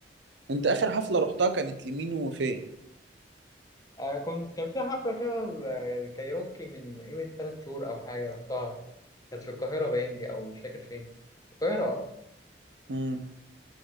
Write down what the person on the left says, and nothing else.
آه كنت كان في حفله كده ال- الكايروكي من قيمه ثلاث شهور او حاجه رحتها كانت في القاهره باين دي او مش فاكر فين في القاهره آه.